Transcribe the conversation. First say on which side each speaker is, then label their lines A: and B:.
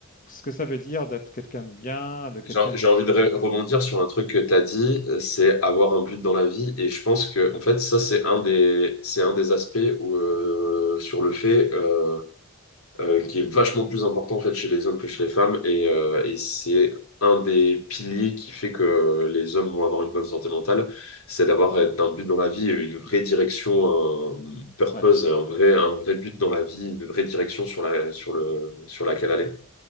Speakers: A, on the left; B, on the left.
A: ce que ça veut dire d'être quelqu'un de bien, de quelqu'un
B: J'ai j'ai
A: d'utile,
B: envie de re-
A: quoi.
B: rebondir sur un truc que tu as dit, euh, c'est avoir un but dans la vie. Et je pense que,
A: Ouais,
B: en fait, ça, c'est un des, c'est un des aspects où, euh, sur le fait euh, euh,
A: ouais,
B: qui est vachement plus important en fait chez les hommes que chez les femmes et, euh, et c'est un des piliers qui fait que les hommes vont avoir une bonne santé mentale, c'est d'avoir
A: ouais,
B: euh, un but dans la vie, une vraie direction, un purpose,
A: ouais,
B: un vrai, un vrai but dans la vie, une vraie direction sur la, sur le, sur laquelle aller.